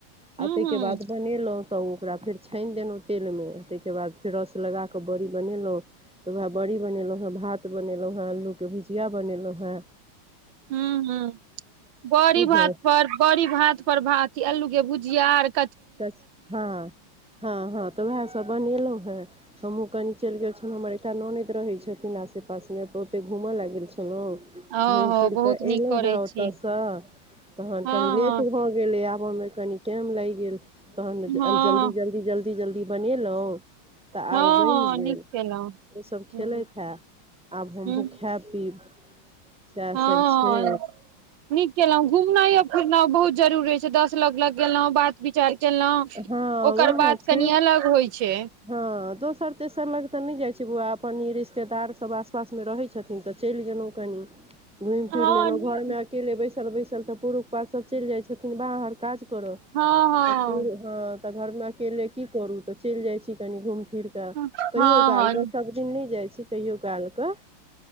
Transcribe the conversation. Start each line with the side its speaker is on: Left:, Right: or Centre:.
Centre: आ
Right: हूँ
Centre: तईके
Right: हूँ
Centre: बाद बनेलहुँ तऽ ओ ओकरा फेर छानि देलहुँ तेल में तेई के बाद फेर रस लगाक बड़ी बनेलों तऽ वएह बड़ी बनेलों हे भात बनेलहुँ हें अल्लूके भुजिया बनेलहुँ हें
Right: हूंअ् हूंअ् बड़ी भात
Centre: हेँ
Right: पर बड़ी भात पर भात अल्लू के भुज बिियार <unintelligible>
Centre: कस हँअ् हँअ् हँअ् तऽ वएह सब बनेलहुं हँअ् हमहूँ कनि चलि गेल छलहुँ हमर एकटा ननद रहै छथिन आसेपासमे तऽ ओते घूमऽ लए गेल छलहुँ
Right: ओहो
Centre: घुमि फिर
Right: बहुत
Centre: कऽ
Right: नीक
Centre: एलंहु
Right: करै
Centre: ह ओतयसँ
Right: छी
Centre: तहन
Right: हँ
Centre: कनी लेट
Right: हँ
Centre: भऽ गेलै आब आबऽ मे कनि टाइम लाइग गेल तहन
Right: हँ
Centre: जल्दी जल्दी जल्दी जल्दी बनेलौ तऽ
Right: हँ
Centre: आब बैइन
Right: हँ
Centre: गेल
Right: नीक केलहुँ
Centre: इसभ खेलैत
Right: ह
Centre: हए आब हमहू
Right: ह
Centre: खेएब पीब सएहसभ
Right: हँ
Centre: छै
Right: नीक केलौ घुमनायो फिरनाइ बहुत जरूरी छैय दस लोग लग गेलौ बात विचार केलहुँ
Centre: हँ
Right: ओकर
Centre: उएह
Right: बाद
Centre: छै
Right: कनि अलग होइ छै
Centre: हँ दोसर तेसर लग तऽ नैय जाय बौआ अपन ई रिश्तेदारसभ आसपासमे रहै छथिन तऽ चैल गेलहुँ कनि घुइम
Right: हँ
Centre: फिर लेलौ
Right: नीक
Centre: घरमे अकेले बैसल बैसल तऽ पुरुख पात सब चैल जाइत छथिन बाहर काज करऽ
Right: हँ
Centre: तऽ पुरू ह त घरमे अकेले की करू तऽ चैल जाय छी कनि घूइमि फिर कऽ
Right: हँ हँ
Centre: कहियो कालके
Right: हँ
Centre: सभ दिन नैय जाइ छी कहियो कालके